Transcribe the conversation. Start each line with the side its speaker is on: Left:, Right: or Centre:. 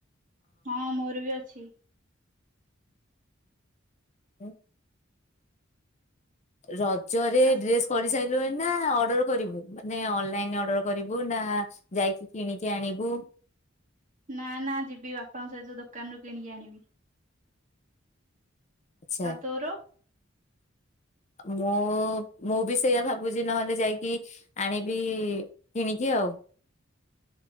Right: ହଁ ମୋର ବି ଅଛି।
Left: ହଁ। ର ଜରେ
Right: ଆସ
Left: ଡ୍ରେସ କରି ସାରି ଅର୍ର କରିବୁ ମାନେ ଅନଲାଇନ ଅର୍ଡର କରିବୁ ନା ଯାଇକି କିଣିକି ଆଣିବୁ?
Right: ନା ନା ଯିବି ବାପାଙ୍କ ସହିତ ଦୋକାନରୁ କିଣିକି ଆଣିବି।
Left: ଆଚ୍ଛା
Right: ଆଉ ତୋର?
Left: ମୁଁ ମୁଁ ବି ସେଇଆା ଭାବୁଛି ନହେଲେ ଯାଇକି ଆଣିବି କିଣିକି ଆଉ।